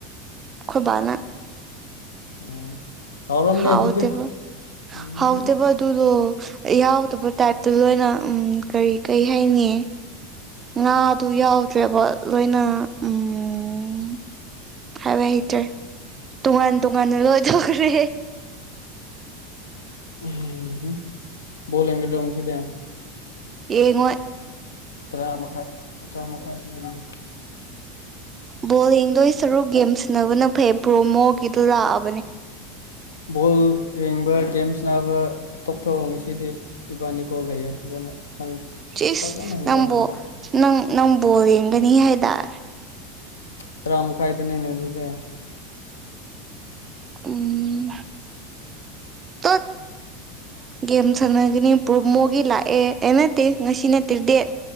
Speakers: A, on the right (about 30°); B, on the left (about 90°).
A: ꯈꯣꯏ ꯕꯥꯅ꯫
B: ꯎꯝ ꯍꯥꯎꯔꯝꯅꯦ
A: ꯍꯥꯎꯇꯦꯕ
B: ꯑꯗꯨꯗꯤ ꯎꯝ
A: ꯍꯥꯎꯇꯦꯕ ꯑꯗꯨꯗꯣ ꯌꯥꯎꯗꯕꯩ ꯇꯥꯏꯞꯇ ꯂꯣꯏꯅ ꯎꯝ ꯀꯔꯤ ꯀꯔꯤ ꯍꯥꯏꯅꯤ ꯉꯥꯗꯨ ꯌꯥꯎꯗ꯭ꯔꯦꯕ ꯂꯣꯏꯅ ꯎꯝ ꯍꯥꯏꯕ ꯍꯩꯇ꯭ꯔꯦ ꯇꯣꯉꯥꯟ ꯇꯣꯉꯥꯟꯅ ꯂꯣꯏꯊꯣꯛꯈ꯭ꯔꯦ꯫
B: ꯎꯝꯍꯝ ꯕꯣꯜ ꯌꯦꯡꯒꯗ꯭ꯔꯣ ꯉꯁꯤꯗꯤ?
A: ꯌꯦꯉꯣꯏ
B: ꯇ꯭ꯔꯥ ꯃꯈꯥꯏ ꯇ꯭ꯔꯥ ꯃꯥꯏ ꯁ꯭ꯋꯥꯏꯗꯅꯤ
A: ꯕꯣꯜ ꯌꯦꯡꯗꯣꯏ ꯁꯔꯨꯛ ꯒꯦꯝ ꯁꯟꯅꯕꯅ ꯐꯩ ꯄ꯭ꯔꯣꯃꯣꯒꯤꯗꯣ ꯂꯥꯛꯑꯕ
B: ꯕꯣꯜ ꯌꯦꯡꯕ ꯒꯦꯝ ꯁ꯭ꯅꯥꯕ ꯇꯣꯛꯊꯣꯛꯑꯣ ꯉꯁꯤꯗꯤ ꯏꯕꯥꯅꯤ ꯀꯣꯜ ꯂꯩꯌꯦ ꯐꯖꯅ ꯅꯪ
A: ꯆꯤꯁ
B: ꯐꯖꯅ ꯌꯦꯡꯗꯕꯅꯤꯅ
A: ꯅꯪꯕꯨ ꯅꯪ ꯅꯪ ꯕꯣꯜ ꯌꯦꯡꯒꯅꯤ ꯍꯥꯏꯗꯥꯏ?
B: ꯇꯔꯥꯃꯈꯥꯏꯗꯅꯤꯅꯦ ꯑꯗꯨꯗꯤ꯫
A: ꯎꯝ ꯇꯨꯠ ꯒꯦꯝ ꯁꯥꯟꯅꯒꯅꯤ ꯄ꯭ꯔꯣꯃꯣꯒꯤ ꯂꯥꯛꯑꯦ꯫ ꯑꯦ ꯅꯠꯇꯦ ꯉꯁꯤ ꯅꯠꯇꯦ ꯗꯦꯠ